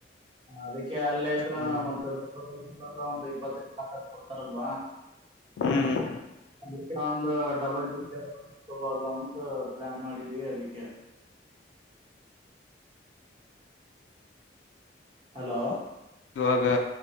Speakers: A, on the right; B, on the left.
A: ಅದಕ್ಕೆ ಅಲ್ಲೇ ಇದ್ರ
B: ಹ್ಮ್
A: ಮತ್ತ ಅಂತಂದ್ರೆ ಒಂದು ಇಪ್ಪತ್ತ ಕೊಡ್ತಾರಲ್ವಾ
B: ಹ್ಮ್
A: ಅದಕ್ಕೆ ಒಂದು ಡಬಲ್ ಡಿಕಬೋದು ಅಂತ ಪ್ಲಾನ್ ಮಾಡಿದೀವಿ ಅದಿಕ್ಕೆ ಹಲೋ
B: ಇವಾಗ